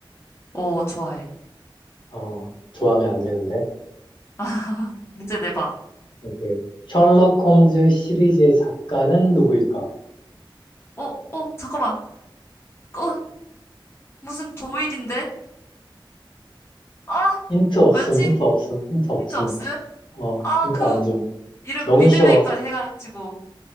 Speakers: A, on the left; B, on the left.
A: 오, 좋아해.
B: 어, 좋아하면 안 되는데.
A: <laughs> 문제 내봐.
B: 오케이. 셜록 홈즈 시리즈의 작가는 누구일까?
A: 어, 어, 잠깐만. 어, 무슨 조일인데? 아,
B: 힌트 없음,
A: 뭐였지?
B: 힌트 없음, 힌트 없음.
A: 힌트 없음?
B: 어,
A: 아,
B: 힌트
A: 그,
B: 안 줌.
A: 이름,
B: 너무
A: 미들네임까지
B: 쉬워.
A: 해가지고.